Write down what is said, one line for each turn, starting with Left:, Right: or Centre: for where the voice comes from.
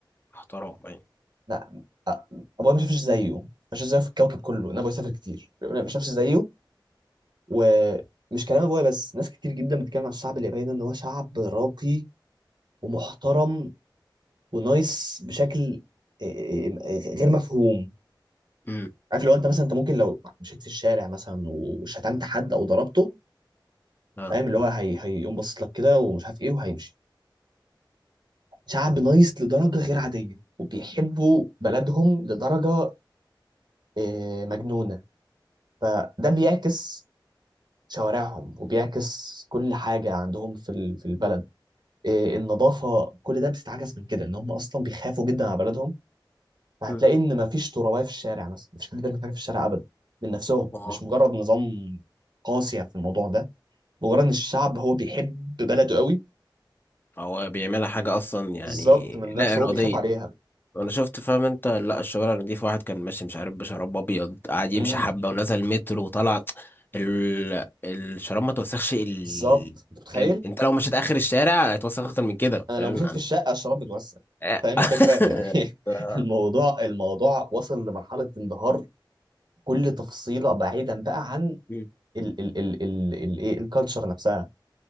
Left: احترام يعني
Right: لا أ- ابويا ما شافش زيه ما شافش زيه في الكوكب كله ان ابويا سافر كتير بيقول لي ما شافش زيه
Left: مم.
Right: ومش كلام ابويا بس ناس كتير جدا بتتكلم عن الشعب الياباني ان هو شعب راقي ومحترم ونايس بشكل إيه، إيه، غير مفهوم
Left: امم
Right: عارف لو انت مثلا انت ممكن لو مشيت في الشارع مثلا وشتمت حد او ضربته
Left: اه
Right: فاهم اللي هو هي هيقوم باصص لك كده ومش عارف ايه وهيمشي شعب نايس لدرجه غير عاديه وبيحبوا بلدهم لدرجه إيه، مجنونه فده بيعكس شوارعهم وبيعكس كل حاجة عندهم في ال- في البلد إيه، النظافة كل ده بيستعكس من كده ان هم اصلا بيخافوا جدا على بلدهم فهتلاقي
Left: امم
Right: ان مفيش ترابية في الشارع مثلا مفيش حد بيرمي حاجة في الشارع ابدا من نفسهم
Left: ما
Right: مش مجرد نظام قاسي في الموضوع ده مجرد ان الشعب هو بيحب بلده قوي
Left: هو بيعملها حاجة أصلا يعني
Right: بالظبط من نفسه
Left: لا إرادية
Right: هو بيخاف عليها
Left: أنا شفت فاهم أنت لا الشوارع نضيف واحد كان ماشي مش عارف بشراب أبيض قاعد يمشي
Right: امم
Left: حبة ونزل مترو وطلع ال... الشراب ما توسخش ال...
Right: بالظبط انت متخيل
Left: كام أنت لو مشيت آخر الشارع هيتوسخ أكتر من كده
Right: انا
Left: فاهم
Right: لو مشيت
Left: يعني
Right: في الشقة الشراب بتوسع
Left: آه.
Right: فاهم
Left: <laughs>
Right: الفكرة يعني <laughs>
Left: آه.
Right: الموضوع الموضوع وصل لمرحلة انبهار كل تفصيله بعيدا بقى عن
Left: مم.
Right: ال ال ال ال ال ايه الكالتشر نفسها